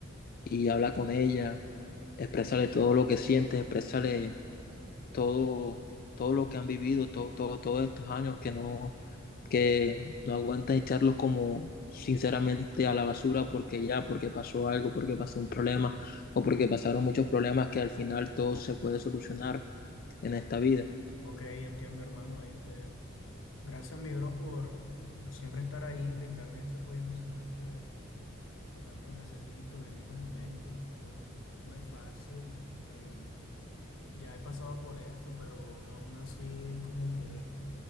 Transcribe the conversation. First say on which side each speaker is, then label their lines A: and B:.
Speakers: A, on the left; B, on the left.
A: y hablar con ella, expresarle
B: de-
A: todo lo que sientes, expresarle todo, todo lo que han vivido, todo, todo, todos estos años que no, que no aguantas echarlos como sinceramente a la basura porque ya, porque pasó algo, porque pasó un problema o porque pasaron muchos problemas que al final todo se puede solucionar en esta
B: Ok,
A: vida.
B: Ok, entiendo, hermano. Este, gracias, mi bro, por, por siempre estar ahí, brindarme ese apoyo emocional que, que tanto necesito en estos momentos. No, no es fácil. eh, ya he pasado por esto, pero aún así como que,